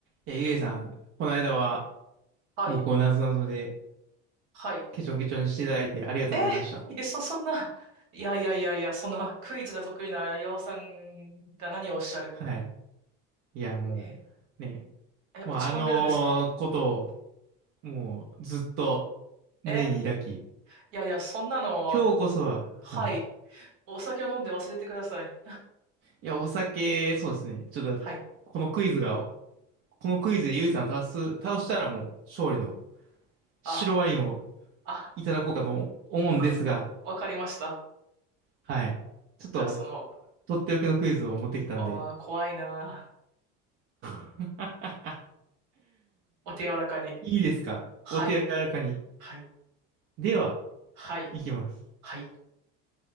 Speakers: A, on the right (about 50°); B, on the right (about 75°).
A: いや、ゆえさん、この間は
B: はい。
A: 僕をなぞなぞで
B: はい。
A: ケチョンケチョンにしていただいてありがとうございました。
B: えー、いや、そ、そんな、いやいやいやいや、そんなクイズが得意な岩尾さんが何をおっしゃる。
A: はい。いや、もう、
B: え、
A: ね、
B: え落ち込んでるんですか
A: まあ、あのことを、もう、ずっと胸に抱き、
B: え、いやいや、そんなの、
A: 今日こそは、はい。
B: はい。お酒を飲んで忘れてください。
A: いや、お酒、そうですね。ちょっと、
B: はい。
A: このクイズが、このクイズでゆえさんを倒す、倒したらもう、勝利の白ワインを
B: あ、あ、
A: いただこうかと思うんですが、
B: あわかりました。
A: はい。ちょっと、
B: じゃあ、その、
A: とっておきのクイズを持ってきたんで、
B: あー、怖いな。
A: <laughs>
B: お手柔らかに。
A: いいですかお手柔らかに。
B: はい。はい。
A: では、
B: はい。
A: いきます。
B: はい。